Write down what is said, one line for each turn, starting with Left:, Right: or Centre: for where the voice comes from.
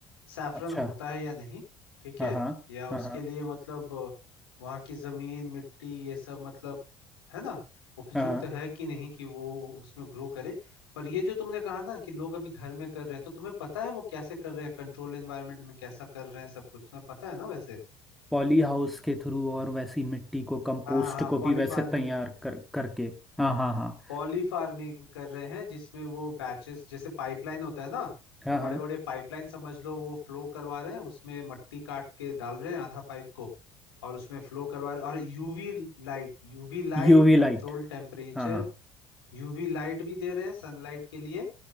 Left: सैफरन
Centre: अच्छा
Left: होता है या नहीं ठीक
Centre: हाँ
Left: है
Centre: हाँ
Left: या उसके
Centre: हाँ हाँ
Left: लिए मतलब अ, वहाँ की जमीन मिट्टी ये सब मतलब है ना उपयुक्त
Centre: हाँ हाँ
Left: है कि नहीं कि वो उसमें ग्रो करे पर ये जो तुमने कहा ना कि लोग अभी घर में कर रहे हैं तो तुम्हें पता है वो कैसे कर रहे हैं कंट्रोल एनवायरनमेंट में कैसा कर रहे हैं सब कुछ तुम्हें पता है ना वैसे
Centre: पॉली हाउस के थ्रू और वैसी मिट्टी को कंपोस्ट
Left: हाँ हाँ
Centre: को भी
Left: पॉली
Centre: वैसे
Left: फार्मिंग
Centre: तैयार कर करके हाँ हाँ हाँ
Left: पॉली फार्मिंग कर रहे हैं जिसमें वो बैचेस जैसे पाइपलाइन होता है ना
Centre: हाँ
Left: तो बड़े
Centre: हाँ
Left: बड़े पाइपलाइन समझ लो वो फ्लो करवा रहे हैं उसमें मट्टी काट के डाल रहे हैं आधा पाइप को और उसमें फ्लो करवा रहे हैं और UV light UV light
Centre: UV light
Left: control temperature
Centre: हाँ
Left: UV light भी दे रहे हैं सनलाइट के लिए